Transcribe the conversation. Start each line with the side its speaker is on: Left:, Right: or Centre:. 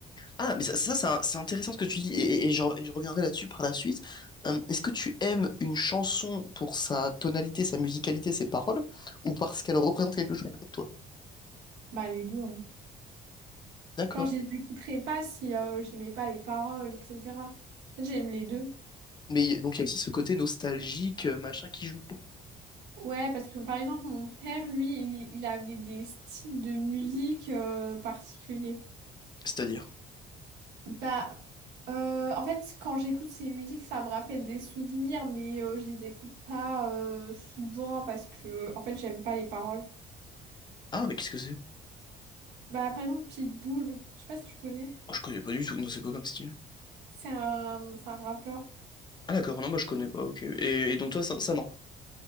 Left: Ah, mais ça, ça, c'est un- c'est intéressant ce que tu dis, et, et- et je, et je reviendrai là-dessus par la suite. Euh, est-ce que tu aimes une chanson pour sa tonalité, sa musicalité, ses paroles, ou parce qu'elle représente quelque chose pour toi?
Right: Bah les deux hein.
Left: D'accord.
Right: Genre je les écouterais pas si euh, j'aimais pas les paroles, etc. En J'aime les deux.
Left: Mais y- donc il y a aussi ce côté nostalgique, euh, machin, qui joue.
Right: Ouais, parce que par exemple, mon père, lui, il, il avait des styles de musique euh, particuliers.
Left: C'est-à-dire?
Right: Bah, euh, en fait, quand j'écoute ces musiques, ça me rappelle des souvenirs, mais euh, je les écoute pas euh, souvent parce que, en fait, j'aime pas les paroles.
Left: Ah, mais qu'est-ce que c'est?
Right: Bah, par exemple, Pitbull, je sais pas si tu connais.
Left: Oh, je connais pas du tout, non, c'est quoi comme style?
Right: C'est un, c'est un rappeur.
Left: Ah d'accord, non, bah je connais pas, ok. Et, et donc toi, ça, ça non.